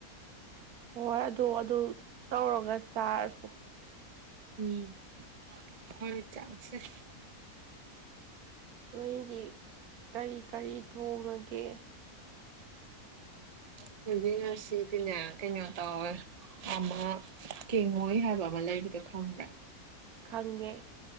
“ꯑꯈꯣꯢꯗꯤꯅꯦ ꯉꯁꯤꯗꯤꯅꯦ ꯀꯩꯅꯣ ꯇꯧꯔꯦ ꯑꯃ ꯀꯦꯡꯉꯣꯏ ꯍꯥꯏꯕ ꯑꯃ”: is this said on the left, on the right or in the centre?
Right